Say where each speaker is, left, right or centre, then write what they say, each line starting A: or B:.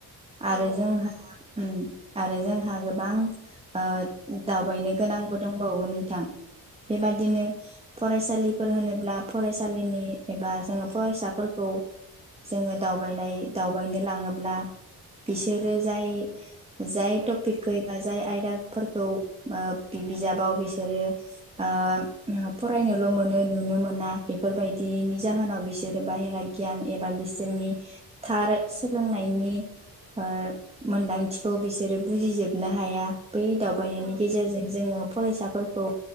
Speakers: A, on the right; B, on the right.
A: औ
B: आरो जोंहा उम आरो जोंहा गोबां ओ दावबायनो गोनांबो दंबावो नोंथां बेबादिनो फरायसालिफोर होनोब्ला फरायसालिनि एबा जोङो फरायसाफोरखौ जोङो दावबायनाय दावबायनो लाङोब्ला बिसोरो जाय जाय
A: उम
B: टपिकखै एबा जाय आयदाफोरखौ ओ बिजाबाव बिसोरो ओ <unintelligible> फरायनोल' मोनो नुनो मोना बेफोरबायदिनि जाहोनाव बिसोरो बाहेरा गियान एबा बिसोरनि थार सोलोंनायनि ओ मोनदांथिखौ बिसोरो बुजिजोबनो हाया बै दावबायनायनि
A: औ
B: गेजेरजों जोङो फरायसाफोरखौ